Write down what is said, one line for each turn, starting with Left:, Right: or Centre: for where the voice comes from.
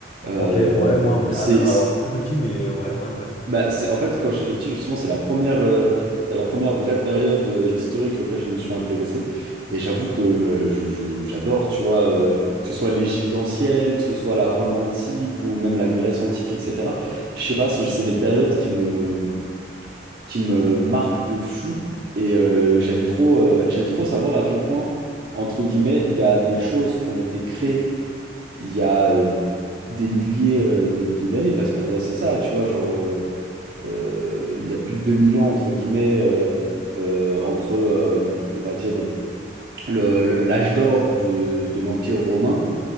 Right: Euh,
Left: Ok, ouais, moi, un petit-
Right: c'est,
Left: alors
Right: c'est-
Left: plus petit, mais ouais, ouais, ouais.
Right: bah, c'est, en fait, quand j'étais petit, justement, c'est la première, euh, c'est la première vraie période euh, historique auquel je me suis intéressé. Et j'avoue que euh, je- je- j'adore, tu vois, euh, que ce soit l'Égypte ancienne, que ce soit la Rome antique ou même la Grèce antique, etc. Je sais pas, c'est c'est des périodes qui me, qui me marque de fou. Et euh,
Left: Mm.
Right: j'aime trop, euh, j'aime trop savoir à quel point, entre guillemets, il y a des choses qui ont été créées il y a euh, des milliers, euh, des milliers d'années. Parce qu'en vrai, c'est ça, tu vois, genre, euh, euh, il y a plus de 2000 ans, entre guillemets, euh, euh, entre, euh, on va dire, le- le- l'âge d'or de, de l'Empire romain